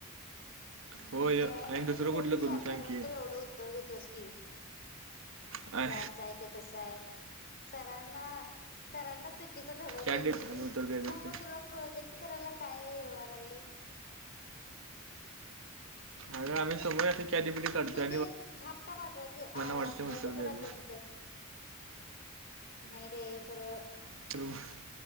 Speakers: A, on the left (about 45°); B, on the right (about 65°).
A: हम्म
B: होय
A: एयम
B: आणि
A: आयमध्ये
B: दुसरं कुठलं
A: कर की
B: करू
A: आता
B: सांग
A: रोज
B: की.
A: तर एवढं उत्तर देतोस की.
B: आय
A: यास आहे, ते तस आहे सरांना सरांनाच ठरवतोस
B: चॅट जी
A: की
B: आणि
A: म,
B: उत्तर द्यायचं
A: मग
B: असतं.
A: तुला प्रोजेक्ट करायला काय हे व्हाय लागलय?
B: आणि आमही सगळं आणतोय चॅटजीपीटी काढतोय
A: तू ते थापटा पाठवायचं, आ
B: वाटते
A: आपटायचं
B: उत्तर द्यायला.
A: पहिलं बंद कर. नाय रे खरं
B: तृव्ह